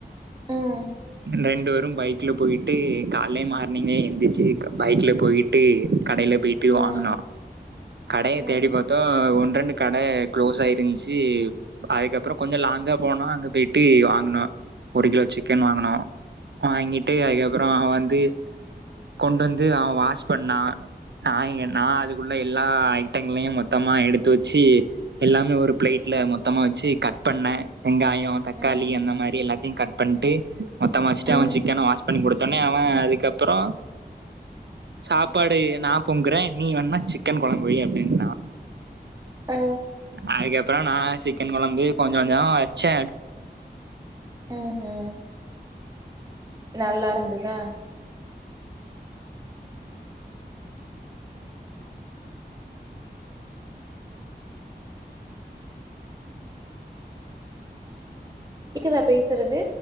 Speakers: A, on the right (about 20°); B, on the right (about 80°).
A: ம்
B: ரெண்டு பேரும் பைக் ல போயிட்டு கால்லே மார்னிங்கே எந்திரிச்சு பைக்ல போயிட்டு கடைலப் போய்ட்டு வாங்குனோ
A: ம் ம்
B: கடைய
A: ம் ம்
B: தேடி பாத்தோம் ஒன்ரெண்டு கடை க்ளோஸ் ஆயிருஞ்சு அதுக்கப்பறோ கொஞ்ச லாங்கா போன அங்க போயிட்டு வாங்கனோ ஒரு கிலோ சிக்கன் வாங்கனோ வாங்கிட்டு
A: ம்
B: அதுக்கப்பறோ வந்து கொண்டு வந்து அவ வாஷ் பண்ணா நா நா
A: ம்
B: அதுக்குள்ள எல்லா ஐட் ட்டைங்களையும் மொத்தமாக எடுத்து வச்சு எல்லாமே ஒரு பிளைட்ல
A: ம்
B: மொத்தமா வச்சு கட் பண்ண வெங்காயம் தக்காளி
A: ம்
B: அந்த மாரி எல்லாத்தையும் கட் பண்ட்டு மொத்தம் அச்சுட்டு
A: ம்
B: அவன் சிக்கன வாஷ் பண்ணி குடுத்துன்னே அவன் அதுக்கப்பறோ சாப்பாடு
A: ம்
B: நா பொங்குறேன் நீ வேண்ணா சிக்கன் குழம்பு வை அப்டின்டா
A: ஆ
B: அதுக்கப்பறம் நா சிக்கன் குழம்பு கொஞ்சம் கொஞ்சம் வச்சேன்
A: ம் ஹூம் நல்லா இருந்துதா கேக்குதா பேசுறது